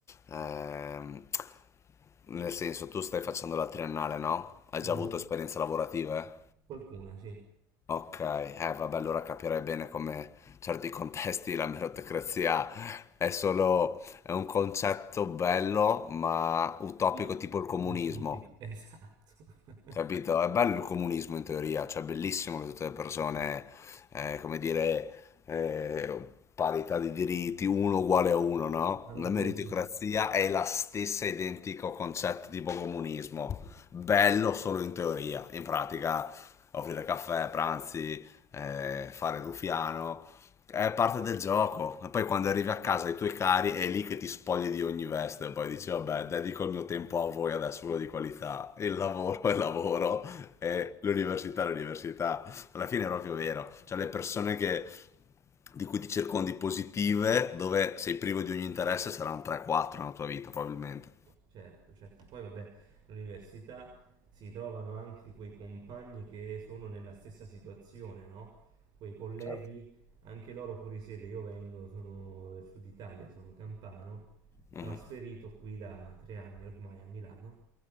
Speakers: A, on the left; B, on the right.
A: ehm, nel senso tu stai facendo la triennale, no? Hai
B: Mhm.
A: già avuto esperienze lavorative?
B: Qualcuna, sì.
A: Ok, eh vabbè, allora capirei bene come certi contesti la meritocrazia è solo è un concetto bello ma utopico
B: Sì,
A: tipo il comunismo.
B: utopico, <laughs> esatto. <laughs>
A: Capito? È bello il comunismo in teoria, cioè è bellissimo che tutte le persone, eh, come dire, eh, parità di diritti, uno uguale a uno, no?
B: Ma non
A: La
B: può
A: meritocrazia
B: esistere.
A: è la stessa identico concetto tipo comunismo, bello solo in teoria, in pratica offrire caffè, pranzi, eh, fare il ruffiano, è parte del gioco. E poi quando
B: Sì.
A: arrivi a casa ai tuoi cari è lì che ti spogli di ogni veste. e Poi dici, vabbè, dedico il mio tempo a voi adesso, quello di qualità. Il lavoro è lavoro e l'università è l'università. Alla fine è proprio vero. Cioè le persone che, di cui ti circondi positive, dove sei privo di ogni interesse, saranno 3-4 nella tua vita, probabilmente.
B: Certo, certo. Poi vabbè, all'università si trovano anche quei compagni che sono nella stessa situazione, no? Quei colleghi,
A: Certo.
B: anche loro fuori sede. Io vengo, sono del sud Italia, sono campano,
A: Mhm.
B: trasferito qui da tre anni ormai a Milano.